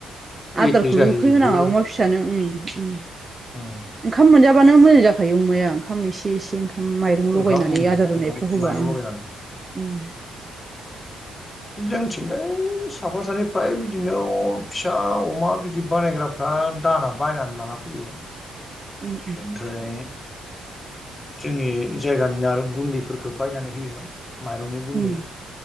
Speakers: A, on the right; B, on the left.
A: आदारखौल'
B: एखे जाहैजोबो
A: उखै होनाङा अमा फिसानो उम उम
B: उम
A: ओंखाम मोनजा बानो मोजां जाखायो अमाया ओंखाम इसे एसे ओंखाम। ओम माइरं
B: ओंखाम
A: लगायनानै आदार
B: ओंखाम
A: रुनायफ्राव होबा
B: माइरं
A: ओं
B: लगायनानै
A: ओं उम
B: जोंथिंलै साफा सानै फ्राय बिदिनो फिसा अमा बिदि बानायग्राफ्रा दाना बायनानै लाङ ला फैयो।
A: उम
B: बेनिफ्राय जोंनि जायगानि आरो गुन्दैफोरखौ बायनानै होयो। माइरंनि गुन्दै,
A: उम